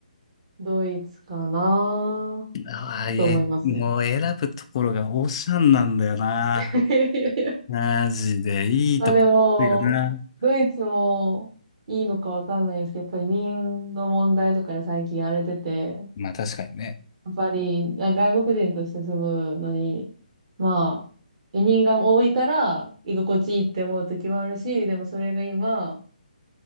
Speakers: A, on the right (about 50°); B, on the left (about 40°).
A: ドイツかな
B: ああ、え、
A: と思いますね。
B: もう選ぶところがオーシャンなんだよな。
A: <laughs>
B: マジでいいとこ行くよな。
A: まあでも、ドイツもいいのかわかんないですけど、やっぱり移民の問題とかで最近荒れてて、
B: まあ確かにね。
A: やっぱりあ外国人として住むのに、まあ、移民が多いから居心地いいって思う時もあるし、でもそれが今、